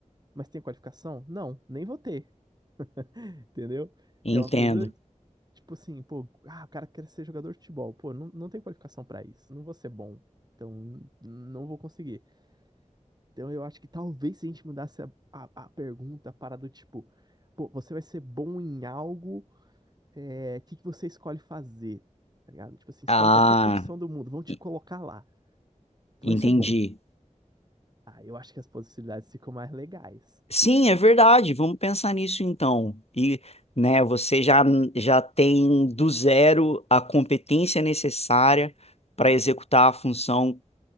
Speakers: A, on the right (about 30°); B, on the left (about 50°).
A: Mas tem qualificação? Não, nem vou ter, entendeu?
B: entendo.
A: Que é uma coisa, tipo assim, pô, ah, o cara quer ser jogador de futebol. Pô, não, não tem qualificação pra isso, não vou ser bom. Então, não vou conseguir. Então eu acho que talvez se a gente mudasse a, a, a pergunta para do tipo, pô, você vai ser bom em algo, é, que que você escolhe fazer? Tá ligado? Tipo assim, escolhe
B: Ah,
A: qualquer profissão do mundo, vão te
B: e-
A: colocar lá. Tu
B: entendi.
A: vai ser bom. Ah, eu acho que as possibilidades ficam mais legais.
B: Sim, é verdade. Vamos pensar nisso então. E, né, você já, já tem do zero a competência necessária para executar a função